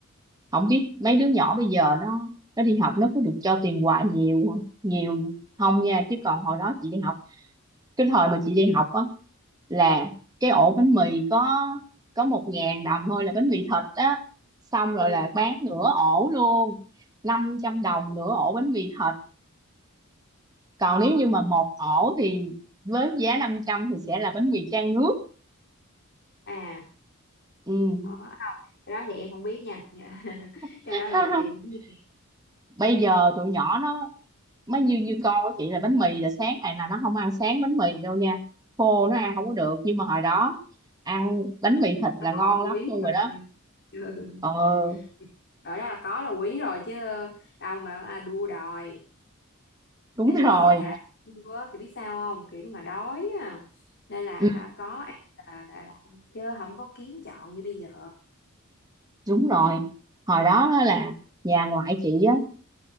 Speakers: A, on the right; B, on the left.
A: không biết mấy đứa nhỏ bây giờ nó nó đi học nó có được cho tiền quà nhiều nhiều không nha chứ còn hồi đó chị đi học cái thời mà chị đi học á là cái ổ bánh mì có có một ngàn đồng thôi là bánh mì thịt á xong rồi
B: ừ.
A: là bán nửa ổ luôn 500 đồng nửa ổ bánh mì thịt còn nếu như mà một ổ thì với giá 500 thì sẽ là bánh mì chan nước
B: à
A: ừ.
B: đó. cái đó thì em không biết nha Dạ. <laughs>
A: <laughs>
B: cái đó là em không nghe
A: bây giờ tụi nhỏ nó mới như như con của chị là bánh mì là sáng này là nó không ăn sáng bánh mì đâu nha khô nó ăn không có được nhưng mà hồi đó ăn bánh mì thịt
B: có
A: là ngon lắm
B: quý
A: luôn rồi đó
B: rồi Ừ. rồi
A: ờ
B: <laughs> đó là có là quý rồi chứ đâu mà à, đua đòi
A: đúng
B: tại
A: rồi
B: biết sẽ dạy bữa kiểu biết sao không kiểu như mà đói à. nên là
A: ừ,
B: hả có ăn là, là, là ăn chứ không có kiến chọn như bây giờ
A: đúng rồi hồi đó đó là nhà ngoại chị á